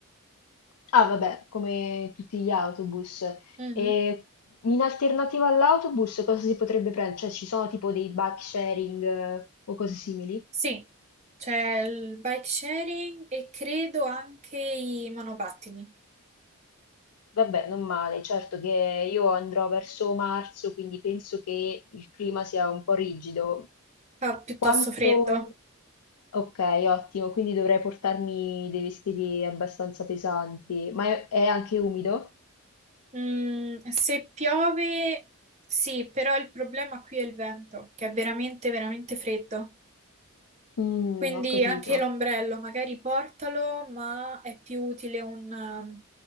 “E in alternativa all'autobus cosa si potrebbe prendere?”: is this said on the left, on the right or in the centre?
Left